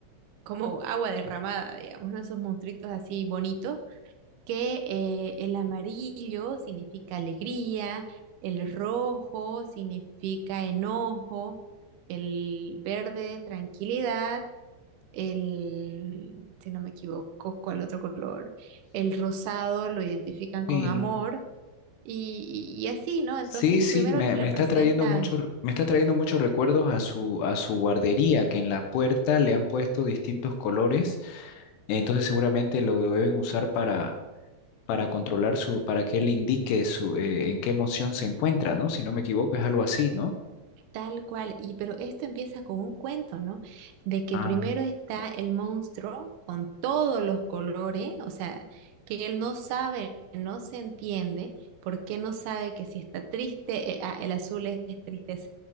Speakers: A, on the right; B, on the left.
A: como agua derramada, digamos, ¿no? Esos monstruitos así bonitos, que eh, el amarillo significa alegría, el rojo significa enojo, el verde tranquilidad, el, si no me equivoco, ¿cuál otro color? El rosado lo identifican con
B: Sí,
A: amor y, y y así, ¿no? Entonces
B: Sí, sí,
A: primero
B: me,
A: le
B: me
A: presentan
B: está trayendo mucho, me está trayendo muchos recuerdos a su, a su guardería, que en la puerta le han puesto distintos colores, entonces seguramente lo deben usar para, para controlar su, para que él indique su, eh, en qué emoción se encuentra, ¿no? Si no me equivoco, es algo así, ¿no?
A: Tal cual, y pero esto empieza con un cuento, ¿no? De que
B: Ah.
A: primero está el monstruo con todos los colores, o sea, que él no sabe, no se entiende, porque no sabe que si está triste, eh, ah, el azul es, es tristeza,